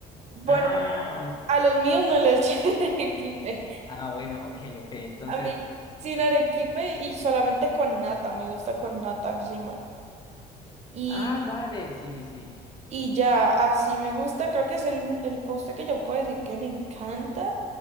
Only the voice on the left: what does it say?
Ah,
ah, bueno, ok, ok, entonces,
ah, dale, sí, sí, sí.